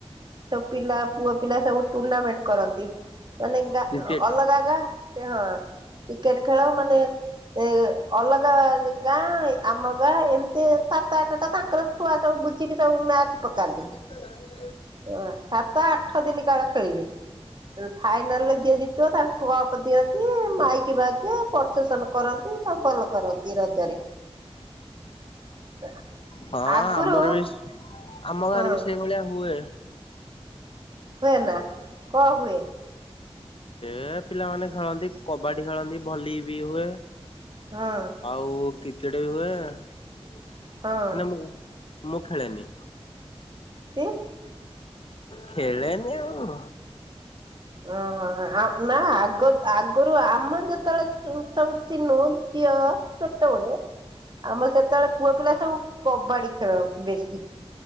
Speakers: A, on the right; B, on the left.
A: ସବୁ ପିଲା ପୁଅ ପିଲା ସବୁ ଟୁର୍ଣ୍ଣାମେଣ୍ଟ କରନ୍ତି। ମାନେ ଗ
B: କ୍ରିକେଟ
A: ଅଲଗା ଗା ସେ ହଁ କ୍ରିକେଟ ଖେଳ ମାନେ ଏ ଅଲଗା ଗାଁ ଆମ ଗାଁ ଏମିତି ସାତ ଆଠ ଟା ତାଙ୍କର ଛୁଆ ସବୁ ଗୁଝିକି ସବୁ ମ୍ୟାଚ ପକାନ୍ତି।
B: ହଁ।
A: ଓ ସାତ ଆଠ ଦିନ କାଳ ଖେଳିବେ ଫାଇନାଲ ରେ ଯିଏ ଜିତିବ ତାଙ୍କୁ କପ ଦିଅନ୍ତି ମାଇ ଶିବା ଯେ ପ୍ରଶାସନ କରନ୍ତି ସମ୍ପଲ କରନ୍ତି ରଜରେ <inaudible>
B: ହଁ
A: ଆଗରୁ
B: ଆମର ବି ଆମ ଗାଁରେ
A: ହଁ
B: ବି ସେଇଭଳିଆ ହୁଏ।
A: ହୁଏ ନା କଣ ହୁଏ?
B: ଏ ପିଲାମାନେ ଖେଳନ୍ତି, କବାଡି ଖେଳନ୍ତି ଭଲି ବି ହୁଏ
A: ହଁ
B: ଆଉ କି କିଡେ ବି ହୁଏ
A: ହଁ
B: ମୁଁ ମୁଁ ଖେଳେନି।
A: କି?
B: ଖେଲେନି ଆଉ।
A: ଓ ହୋ ନା ଆଗ ଆ ଗୁରୁ ଆମର ଯେତେବେଳେ ସବୁ ତି ନୁ ଝିଅ ଛୋଟବେଳେ ଆମର ସେତେବେଳେ ପୁଅ ପିଲା ସବୁ କବାଡି ଖେଳନ୍ତି ବେଶୀ।